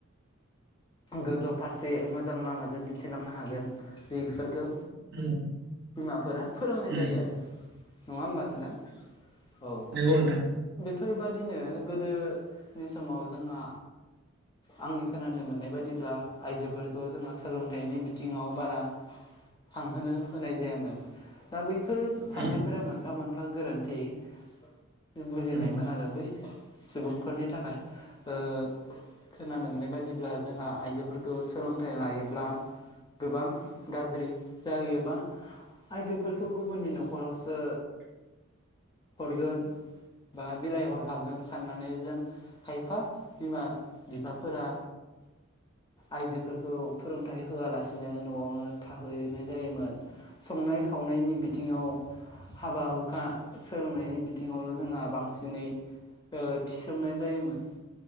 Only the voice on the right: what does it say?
उम,
उम,
नोंगौ नोंथां
उम,
उम,